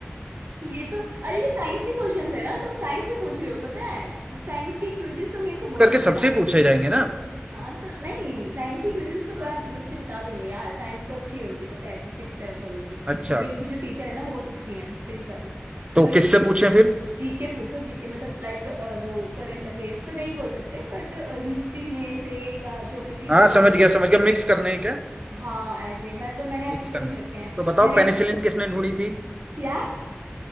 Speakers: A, on the right; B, on the right.
A: ये तो अरे ये साइंस के क्वेश्चंस है ना तुम साइंस के पूछ रहे हो पता है साइंस के क्विजेस तो मेरे को बहुत
B: करके
A: अच्छे
B: सबसे
A: से आते
B: पूछे
A: हैं
B: जाएंगे ना
A: हाँ तो नहीं साइंस की क्विजेस तो ब-
B: हाँ।
A: बच्चे बता देंगे यार साइंस तो अच्छी है उनकी पता है सिक्स सेवन्थ वालों की क्योंकि
B: अच्छा
A: उनकी जो टीचर है ना वो बहुत अच्छी है सही बता रही हूँ
B: तो
A: बट
B: किससे पूछें फिर
A: जीके पूछो जीके मतलब लाइक वो करंट अफेयर्स तो नहीं बोल सकते बट हिस्ट्री में से या ज्योग्राफी में
B: हाँ
A: से
B: समझ गया समझ गया मिक्स करने हैं क्या
A: हाँ ऐसे मैं तो मैंने
B: मिक्स
A: ऐसे
B: करने
A: क्वेश्चन
B: हैं।
A: रखे हैं
B: तो बताओ
A: मैंने
B: पेनिसिलिन किसने ढूंढी थी
A: क्या